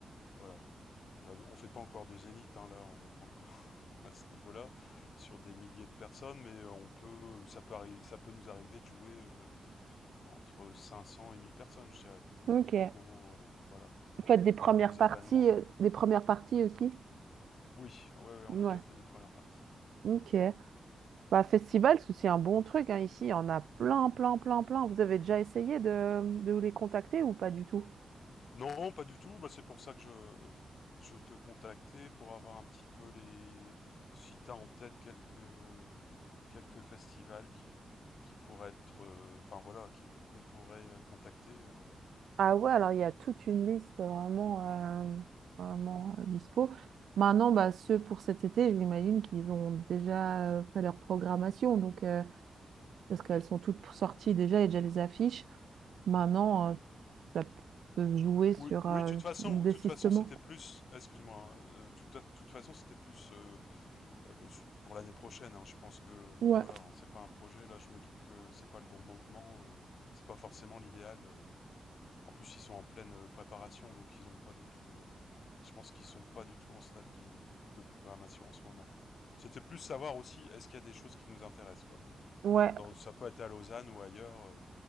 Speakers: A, on the left; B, on the right.
A: Voilà. On ne on fait pas encore de zénith, hein, là, on n'est pas encore <laughs> à ce niveau-là, sur des milliers de personnes, mais on peut, ça peut arriver, ça peut nous arriver de jouer euh, entre 500 et 1000 personnes, je dirais.
B: Ok.
A: Les plus gros, voilà,
B: faites des premières
A: les gros événements.
B: parties, euh, des premières parties aussi?
A: Oui, ouais, ouais, on
B: Ouais.
A: a déjà fait des premières parties.
B: Ok. Bah, festival, c'est aussi un bon truc, hein. Ici, il y en a plein, plein, plein, plein. Vous avez déjà essayé de, de les contacter ou pas du tout?
A: Non, pas du tout. Bah, c'est pour ça que je, je te contactais pour avoir un petit peu les, si t'as en tête quelques, quelques festivals qui, qui pourraient être, euh, enfin voilà, qui, qu'on pourrait euh, contacter. euh.
B: Ah ouais, alors il y a toute une liste vraiment, euh, vraiment euh, dispo. Maintenant, bah, ceux pour cet été, j'imagine qu'ils ont déjà euh, fait leur programmation, donc, euh, parce qu'elles sont toutes sorties déjà, et déjà les affiches. Maintenant, euh, ça peut se jouer sur
A: Oui, oui,
B: euh,
A: de toute façon,
B: un désistement.
A: de toute façon, c'était plus, excuse-moi, hein, euh, tout à- de toute façon, c'était plus euh, euh, su- pour l'année prochaine. hein. Je pense que, euh,
B: Ouais.
A: voilà, hein, c'est pas un projet. Là, je me doute que c'est pas le bon moment, euh, c'est pas forcément l'idéal. euh. En plus, ils sont en pleine euh, préparation, donc ils ont pas du tout. euh, je pense qu'ils sont pas du tout en stade de, de programmation en ce moment. C'était plus savoir aussi, est-ce qu'il y a des choses qui nous intéressent, quoi.
B: Ouais.
A: Dans, ça peut être à Lausanne ou ailleurs, euh,